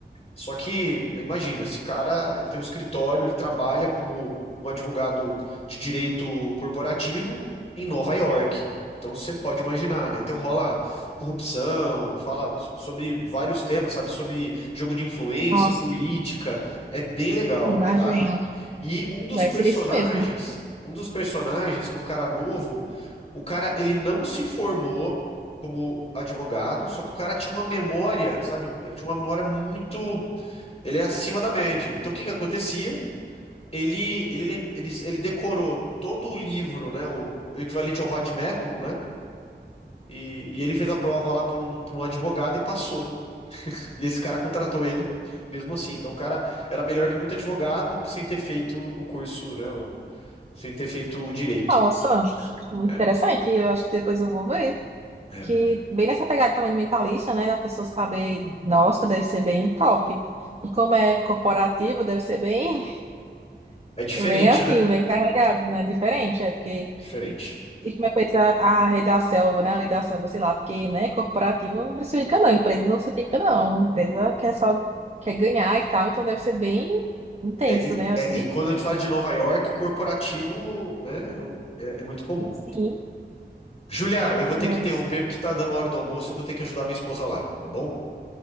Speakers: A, on the left; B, on the right.
A: Só que, imagina, esse cara, ele tem um escritório, ele trabalha como um advogado de direito corporativo em Nova York. Então você pode imaginar, né? Então rola corrupção, fala so- sobre vários temas, sabe? Sobre jogo de influência,
B: Nossa,
A: política. É bem legal,
B: imagina.
A: tá? E um dos
B: Deve
A: personagens,
B: ser isso mesmo.
A: um dos personagens, que é um cara novo, o cara, ele não se formou como advogado, só que o cara tinha uma memória, sabe? Um- Ele tinha uma memória muito ele é acima da média. Então, o que que acontecia? Ele, ele, lem- ele, ele decorou todo o livro, né? O, o equivalente ao vade-mecum, né? E, e ele fez a prova lá para um, para um advogado e passou. E esse cara contratou ele, mesmo assim. Então, o cara era melhor que muito advogado sem ter feito o curso, né? o- sem ter feito o direito.
B: Nossa, muito
A: É,
B: interessante. Eu acho que depois eu vou ver.
A: é,
B: que bem nessa pegada também de mentalista, né, da pessoa saber, nossa, deve ser bem top. E como é corporativo, deve ser bem,
A: é diferente,
B: bem assim,
A: né?
B: bem carregado, né, diferente, é porque
A: Diferente.
B: e como é coisa a rede da selva, né, a lei da selva, sei lá, porque, né, corporativo não precifica não, empresa não precifica não, empresa quer só, quer ganhar e tal, então deve ser bem intenso,
A: É, e,
B: né, assim,
A: é, e quando a gente fala de Nova York, corporativo, né? É, o- é é muito comum.
B: sim,
A: Julia, eu vou
B: deve
A: ter que interromper
B: ser.
A: porque tá dando hora do almoço, eu vou ter que ajudar minha esposa lá, tá bom?